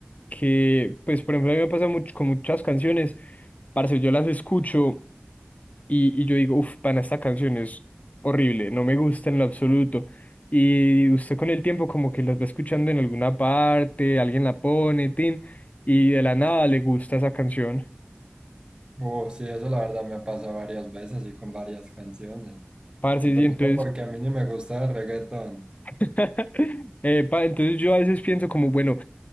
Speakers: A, on the left; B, on the right.
A: que, pues, por ejemplo, a mí me pasa mucho con muchas canciones, parce, yo las escucho y, y yo digo, uff, pana, esta canción es horrible, no me gusta en lo absoluto. Y usted con el tiempo como que las va escuchando en alguna parte, alguien la pone, tin, y de la nada le gusta esa canción.
B: Uh, sí, eso la verdad me ha pasado varias veces y con varias canciones.
A: Parce,
B: Empezando
A: y entonces
B: porque a mí ni me gusta el reggaetón.
A: <laughs> Epa, entonces yo a veces pienso como, bueno,